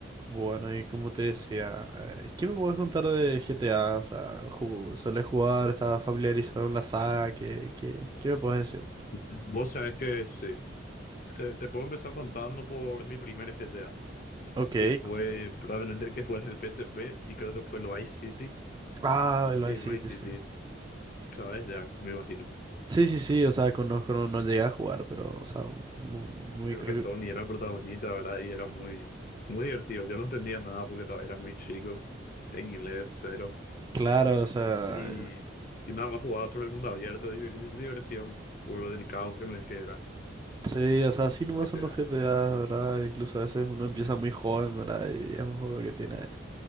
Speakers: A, on the right; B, on the left.
A: Bueno, y como te decía, eh, ¿qué me puedes contar de GTA? O sea, ju- ¿solés jugar? ¿Estás familiarizado en la saga? ¿Qué, qué, qué me puedes decir?
B: Vos sabés que sí. Te, te puedo empezar contando por mi primer GTA,
A: Ok.
B: que fue
A: cu-
B: probablemente el que fue en el P S P y creo que fue el Vice City.
A: Ah, el
B: Sí,
A: Vice
B: el Vice
A: City, sí.
B: City, ¿sabes? Ya, me imagino.
A: Sí, sí, sí, o sea, conozco, no, no llegué a jugar, pero, o sea, mu- muy,
B: Creo
A: cl-
B: que Tony era el protagonista, ¿verdad? Y era muy, muy divertido. Yo no entendía nada porque estaba- era muy chico, en inglés cero.
A: claro, o sea,
B: Y, y nada más jugaba por el mundo abierto, diver- diversión, por lo delicado que me que era
A: sí, o sea, así nomás
B: GTA.
A: son los GTA, ¿verdad? Incluso a veces uno empieza muy joven, ¿verdad? Y es un juego que tiene, o